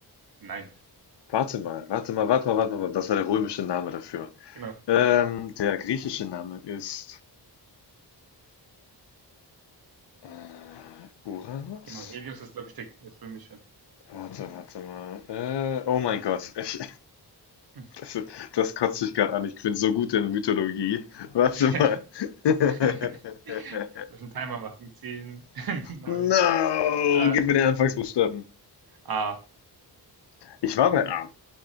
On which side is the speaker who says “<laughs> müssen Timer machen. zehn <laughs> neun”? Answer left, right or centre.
Right